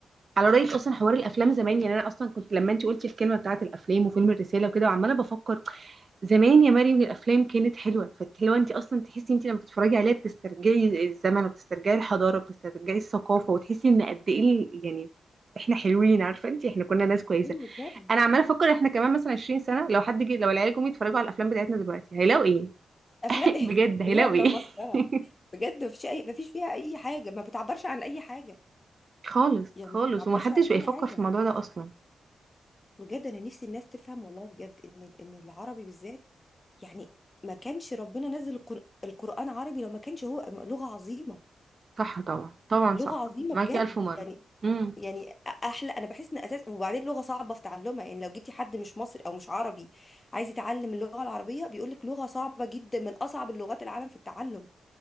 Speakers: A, on the right (about 55°); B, on the left (about 30°).
A: على رايك اصلا حوار الافلام زمان يعني انا اصلا كنت لما انت قلتي الكلمه بتاعت الافلام وفيلم الرساله وكده وعماله بفكر زمان يا مريم الافلام كانت حلوه فالحلوه انت اصلا تحسي انت لما بتتفرجي عليها بتسترجعي الزمن وبتسترجعي الحضاره وبتسترجعي الثقافه وتحسي ان قد ايه ال- يعني احنا حلوين عارفه انت احنا كنا ناس كويسه
B: ايوه بجد
A: انا عماله افكر احنا كمان مثلا 20 سنه لو حد جه لو العيال جم يتفرجوا على الافلام بتاعتنا دلوقتي هيلاقوا ايه
B: افلام
A: <laughs>
B: ايه
A: بجد
B: <laughs>
A: هيلاقوا
B: كلها افلام
A: ايه
B: مسخره
A: <laughs>
B: بجد مفيش اي مفيش فيها اي حاجه ما بتعبرش عن اي حاجه
A: خالص
B: يعني
A: خالص
B: ما بتعبرش
A: ومحدش
B: عن
A: بقى
B: اي
A: يفكر
B: حاجه
A: في الموضوع ده اصلا
B: بجد انا نفسي الناس تفهم والله بجد ان ان العربي بالذات يعني ما كانش ربنا نزل القر- القران عربي لو ما كانش هو لغه عظيمه
A: صح طبعا طبعا
B: لغه
A: صح
B: عظيمه
A: معاكي
B: بجد
A: الف مره
B: يعني
A: امم
B: يعني احلى انا بحس ان اساس وبعدين لغه صعبه في تعلمها يعني لو جبتي حد مش مصري او مش عربي عايز يتعلم اللغه العربيه بيقول لك لغه صعبه جدا من اصعب اللغات العالم في التعلم